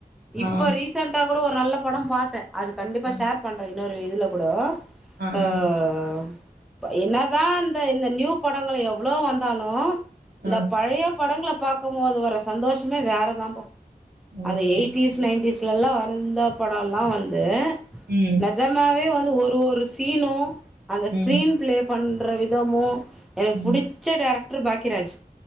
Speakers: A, on the right; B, in the centre.
A: ஆ.
B: இப்ப ரீசெண்ட்டா இப்ப கூட ஒரு நல்ல படம் பார்த்தேன் அது கண்டிப்பா
A: அ.
B: ஷேர் பண்றே இன்னொரு இதுல கூட
A: ஆ,
B: ஆஹ்
A: ஆ,
B: என்னதான் இந்த இந்த நியூ படங்களை எவ்ளவு வந்து இருந்தாலும் இந்த
A: ஆ.
B: பழைய படங்கள பாக்கும் போது வர சந்தோஷமே வேறதான்பா அது
A: ஓகே,
B: எயிட்டிஸ்
A: ஓகே.
B: நைன்டீஸ்ல எல்லாம் வர இந்த படம்லாம் வந்து
A: ம்.
B: நிஜமாவே வந்து ஒரு ஒரு ஒருசீனே அந்த
A: ம்.
B: ஸ்கிரீன் பிளே பண் ரைதாமோ எனக்கு
A: ம்.
B: புடிச் டைரக்டர் பாக்கியராஜ்